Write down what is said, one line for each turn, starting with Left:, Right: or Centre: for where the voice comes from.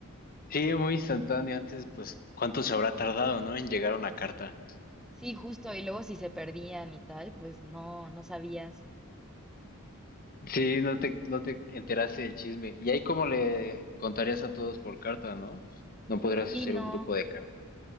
Left: Sí, muy instantáneo. Antes, pues, ¿Cuánto se habrá tardado, no? En llegar una carta.
Centre: Sí, justo, y luego si se perdían y tal, pues no, no sabías.
Left: sí, no te, no te enteraste del chisme. Y ahí como le contarías a todos por carta, ¿no? No podrías
Centre: Sí,
Left: hacer
Centre: no,
Left: un grupo de cartas.